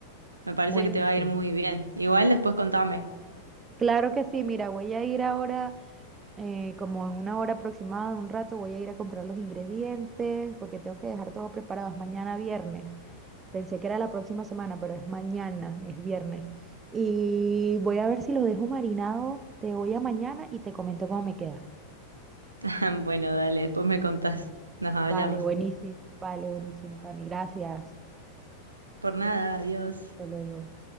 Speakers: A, on the right (about 80°); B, on the right (about 20°).
A: Me parece
B: Buenísimo.
A: que te va a ir muy bien. Igual después contame,
B: Claro que sí, mira, voy a ir ahora, eh, como en una hora aproximada, un rato, voy a ir a comprar los ingredientes porque tengo que dejar todo preparado. Es mañana viernes. Pensé que era la próxima semana, pero es mañana, es viernes. Y voy a ver si lo dejo marinado de hoy a mañana y te comento cómo me queda.
A: <laughs> Bueno, dale, después me contás. Nos hablamos.
B: Vale, buenísimo, vale, buenísimo, Cami. Gracias.
A: Por nada, adiós.
B: Hasta luego.